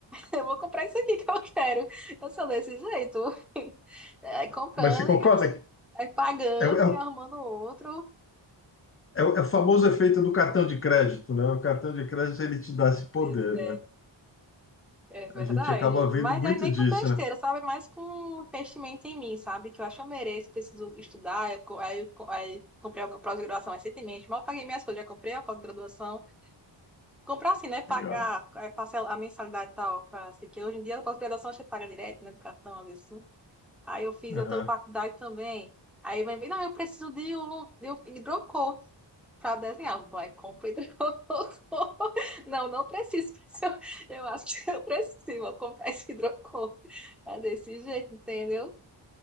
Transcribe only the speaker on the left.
Mas você concorda?
que
É, é
É o, é o famoso efeito do cartão de crédito, né? O cartão de crédito ele te dá esse poder,
né?
A gente acaba vendo
muito
disso,
né?
Legal.
Aham.